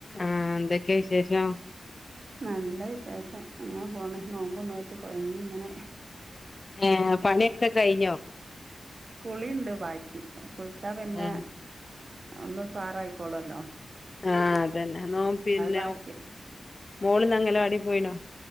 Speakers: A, on the left; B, on the right.
A: ആ എന്തൊക്കെയ വിശേഷം?
B: നല്ല വിശേഷം ങ്ങനെ പോണ് നോമ്പ് നോറ്റ് കൊഴഞ്ഞിങ്ങനെ
A: ഏഹ് പണിയൊക്കെ കഴിഞ്ഞോ
B: കുളിണ്ട് ബാക്കി കുളിച്ചാ പിന്നെ
A: ഉം
B: ഒന്ന് ഉസാറായിക്കോളല്ലോ.
A: ആ അതന്നെ നോ പിന്നെ
B: ബാക്കി
A: മോളന്ന്‌ അങ്കലവാടി പോയിനോ?